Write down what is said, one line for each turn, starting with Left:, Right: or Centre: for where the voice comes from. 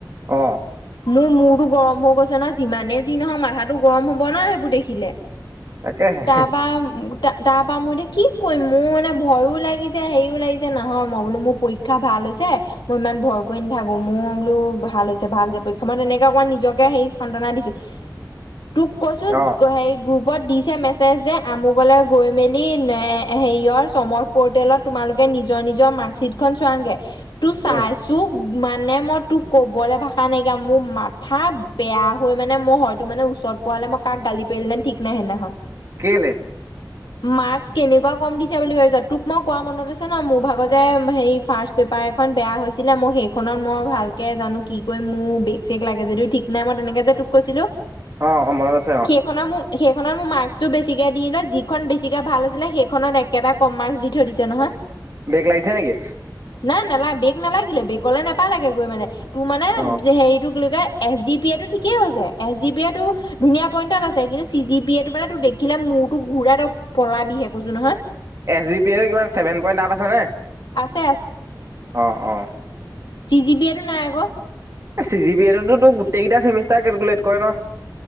Right: অ।
Left: মোৰ মূৰতো গৰম হৈ গৈছে নহয়, যিমানে যি নহয় মাথাটো গৰম হ'ব ন সে বোৰ দেখিলে,
Right: তাকেহে
Left: ‌তাৰপা তাৰ পৰাৰা মই এতিয়া কি কৰিম, মোৰ মানে ভয়ো লাগিছে হেৰিও লাগিছে নহয় মই বোলো মোৰ পৰীক্ষা ক্ষা ভাল হৈছে মই ইমান ভয় কৰি নাথাকো মোৰ বোলো ভাল হৈছে। ভাল যে পৰীক্ষা মই তেনেকে অকণমান নিজকে সে সান্তনা দিছো। তোক কৈছো
Right: অ'
Left: হেই গ্ৰুপত দিছে মেছেজ যে আমোগলে গৈ মেলিন এ হেৰিয়ৰ চমৰ পৰ্টেলত তোমালোকে নিজৰ নিজৰ মাৰ্কশ্বিট খন চোৱাগে তু ছুৱেজ
Right: উম।
Left: তোক মানে মই তোক ক'বলৈ ভাষা নাইকিয়া, মোৰ মাথা বেয়া হৈ মানে মই হয়তো মানে, ওচ ওচট পোৱা হলে মই কাক গালি পাৰিলোঁ হেতেন ঠিক নাই সিদিনাখন।
Right: কেলে?
Left: মাৰ্কচ কেনেকুৱা কম দি বুলি ভাবিছ, তোক মই কোৱা মনত আছে ন মোৰ ভাগত যে সেই পেপাৰ এখন বেয়া হৈছিলে, মই সেইখনত মই ভালকে জানো কি কৰিম মোৰ বেক চেক লাগে যদিও ঠিক নাই মই তেনেকে যে তোক কৈছিলো।
Right: অ অ মনত আছে অ।
Left: সেইখনৰ মোৰ সেইখনৰ মোৰ মাৰ্কস টো বেছিকে দিলে। যিখন বেছিকে ভাল হৈছিলে, সেইখনত একেবাৰে কম মাৰ্ক্স দি থৈ দিছে নহয়।
Right: বেক লাগিছে নেকি?
Left: নাই নালাগ বেক নালাগিলে বেকলে নাপালাগে গৈ মানে তোৰ মানে
Right: অ'
Left: হেৰিটো। ক এছ জি বি এইটো ঠিকেই হৈছে, এছ জি বি এইটো ধুনীয়া পইণ্টত আছে। কিন্তু চি জি পি এ তটো মানে দেখিলে মোৰ তোক ঘূৰাই, ত পলাবিহে কৈছো নহয়।
Right: এছ জি পি এ কিমান ছেভেন পইণ্ট আপ আছেনে
Left: আছে
Right: অঁ অঁ।
Left: টি জি বি এটো নাই আকৌ
Right: এ চি জি পি এ তো তোক গোটেইকেইটা চেমিষ্টাৰ কেলকুলেট কৰে ন।